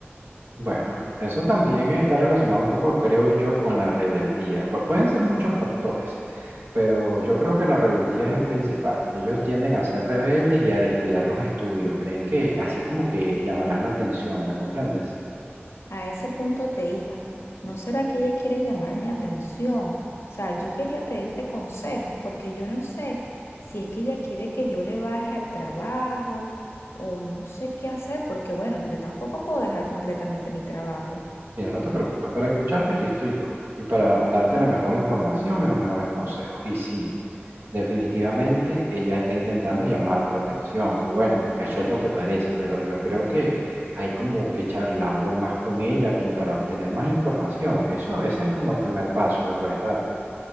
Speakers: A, on the right; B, on the left.
A: Bueno, eso también está relacionado un poco, creo yo, con la rebeldía. Pu- pueden ser muchos factores, pero yo creo que la rebeldía es el principal. Ellos tienden a ser rebeldes y a descuidar los estudios. Creen que así como que llamarán la atención, ¿me comprendes?
B: A ese punto te iba. ¿No será que ella quiere llamar mi atención? O sea, yo quería pedirte consejos porque yo no sé si es que ella quiere que yo le baje al trabajo o no sé qué hacer porque bueno, yo tampoco puedo dejar completamente mi trabajo.
A: Mira, no te preocupes, para escucharte aquí estoy yo y para darte la mejor información y los mejores consejos. Y sí. Definitivamente ella está intentando llamar tu atención, o bueno, eso es lo que parece, pero yo creo que hay como que charlarlo más con ella como para obtener más información. Eso, ese es como el primer paso que puedes dar.